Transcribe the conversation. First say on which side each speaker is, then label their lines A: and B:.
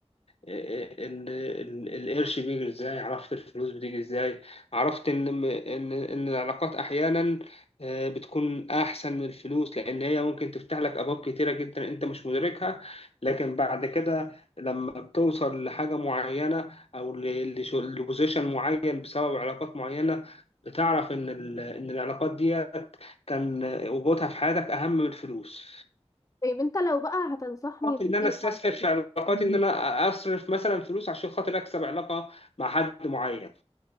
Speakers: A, on the left; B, on the left.
A: ال... ال... القرش بيجي ازاي عرفت الفلوس بتيجي ازاي عرفت ان ان ان العلاقات احيانا آه، بتكون أحسن من الفلوس لأن هي ممكن تفتح لك أبواب كتيرة جدا أنت مش مدركها لكن بعد كده لما بتوصل لحاجة معينة أو ل- لش- لبوزيشن معين بسبب علاقات معينة بتعرف إن ال- إن العلاقات ديت كان وجودها في حياتك أهم من الفلوس.
B: طيب انت لو بقى هتنصحني
A: فكرت
B: نصيحة
A: إن أنا أستسهل في علاقاتي إن أنا أصرف مثلا فلوس عشان خاطر أكسب علاقة مع حد معين.